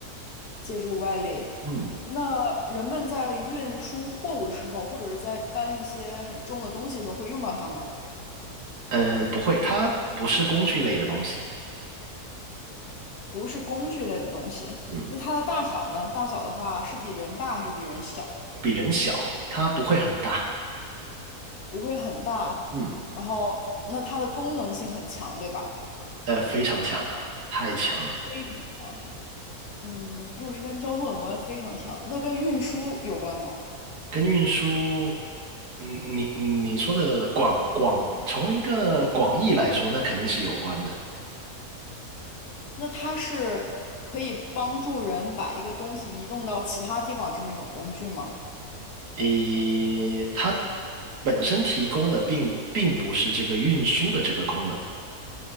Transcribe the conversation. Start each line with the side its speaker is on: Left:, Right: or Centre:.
Left: 借助外力，
Right: 嗯，
Left: 那人们在运输货物的时候，或者是在搬一些很重的东西的时候，会用到它吗？
Right: 呃，不会，它不是工具类的东西。
Left: 不是工具类的东西，
Right: 嗯，
Left: 那它的大小呢？大小的话是比人大还是比人小？
Right: 比人小，它不会很大。
Left: 不会很大，
Right: 嗯，
Left: 然后它那它的功能性很强，对吧？
Right: 呃，非常强啊，太强了。
Left: 非常强。嗯，又是跟交通有关，非常强。那跟运输有关吗？
Right: 跟运输，嗯，你你说的广广，从一个广义来说，那肯定是有关的。
Left: 那它是可以帮助人把一个东西移动到其他地方的这么一种工具吗？
Right: 诶，它本身提供的并并不是这个运输的这个功能。